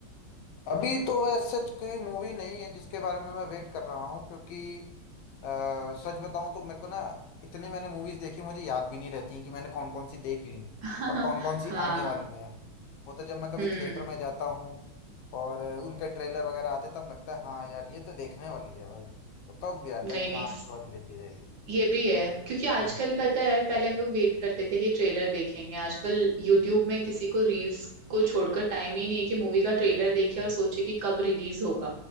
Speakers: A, on the left (about 85°); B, on the right (about 65°).
A: अभी तो ऐसा सच कोई मूवी नहीं है जिसके बारे में मैं वेट कर रहा हूँ क्योंकि अ, सच बताऊं तो मेरे को ना इतनी मैंने मूवीज देखी मुझे याद भी नहीं रहती कि मैंने कौन कौन सी देख ली
B: <laughs>
A: और कौन कौन सी
B: हाँ
A: आने वाली हैं वो तो जब मैं कभी
B: हम्म
A: थिएटर में जाता हूँ और अ, उनके ट्रेलर वगैरह आते तब लगता है हाँ यार ये तो देखने वाली है भाई तो तब भी आता
B: नहीं
A: है कि
B: नहीं
A: हाँ ये वाली देखी जाएगी
B: ये भी है क्योंकि आजकल
A: हाँ
B: पता है पहले हम लोग वेट करते थे कि ट्रेलर देखेंगे आजकल यूट्यूब में किसी को रील्स को छोड़कर टाइम ही नहीं है कि मूवी का ट्रेलर देखे और सोचे कि कब रिलीज होगा